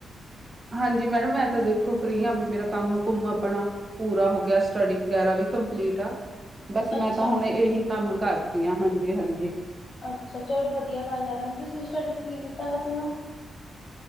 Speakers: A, on the right; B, on the left.
A: ਹਾਂਜੀ, ਮੈਡਮ ਮੈਂ ਤਾਂ ਦੇਖੋ ਫਰੀ ਆ, ਵੀ ਮੇਰਾ ਕੰਮ-ਕੁੁੰਮ ਆਪਣਾ ਪੂਰਾ ਹੋ ਗਿਆ, ਸਟੱਡੀ ਵਗ਼ੈਰਾ ਵੀ ਕੰਪਲੀਟ ਆ। ਬਸ, ਮੈਂ
B: ਅੱਛਾ
A: ਤਾਂ ਹੁਣ ਇਹੀ ਕੰਮ ਕਰਤੀ ਆ। ਹਾਂਜੀ-ਹਾਂਜੀ।
B: ਅੱਛਾ ਚਲੋ, ਵਧੀਆ ਗੱਲ ਐ ਮੈਮ। ਤੁਸੀਂ ਸਟੱਡੀ 'ਚ ਕੀ ਕੀਤਾ ਵੈਸੇ ਮੈਮ?